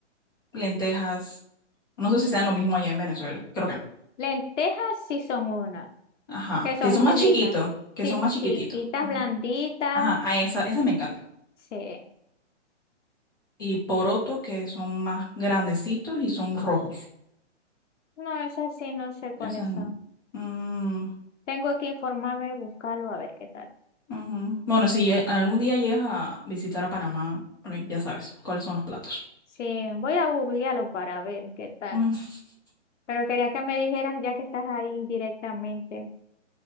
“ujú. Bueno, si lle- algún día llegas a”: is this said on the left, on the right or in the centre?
Left